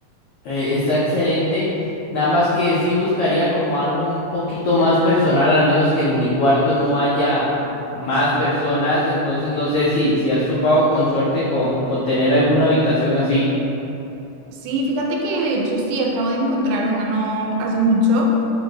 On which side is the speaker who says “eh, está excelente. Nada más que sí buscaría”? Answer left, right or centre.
Left